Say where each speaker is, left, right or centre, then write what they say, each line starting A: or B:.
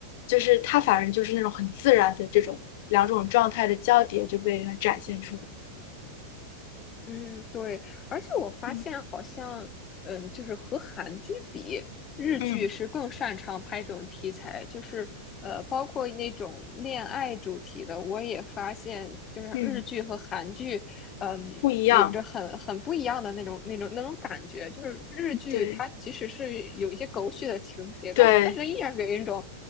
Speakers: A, on the left (about 60°); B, on the left (about 30°).
A: 就是他反正就是那种很自然的这种两种状态的交叠就被他展现出来，
B: 嗯，对，而且我发现好像，
A: 嗯
B: 嗯，就是和韩剧比，日剧是更擅长拍这种题材，
A: 嗯
B: 就是呃，包括那种恋爱主题的，我也发现，就是日剧和韩剧，
A: 嗯，
B: 嗯，
A: 不一样，
B: 有着很很不一样的那种那种那种感觉。就是日剧它即使是有一些狗血的情节，
A: 对，对，
B: 但是但是依然给人一种